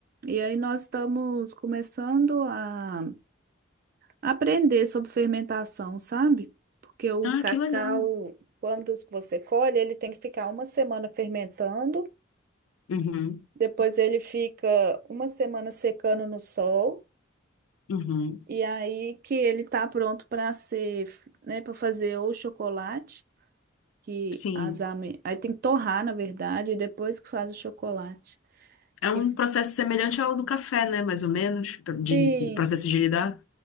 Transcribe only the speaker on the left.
Ah,
que legal.
Uhum,
uhum.
Sim.
É
um processo semelhante ao do café, né? Mais ou menos, pra- de,
li- processo de lidar.